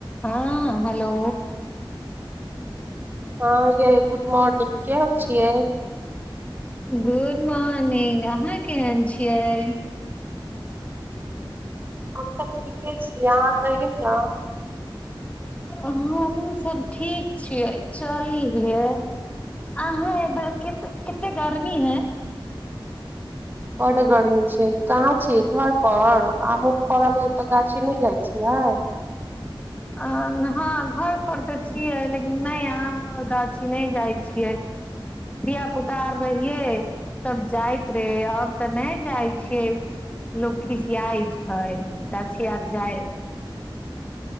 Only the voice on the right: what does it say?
हँ य‌ए गुड मॉर्निंग केहन छियै
हम तऽ ठीके छियै अहाँ कहियौ ने
बड गर्मी छै कहां छि घरपर आम फरल यत गाछी नहि जाइ छियै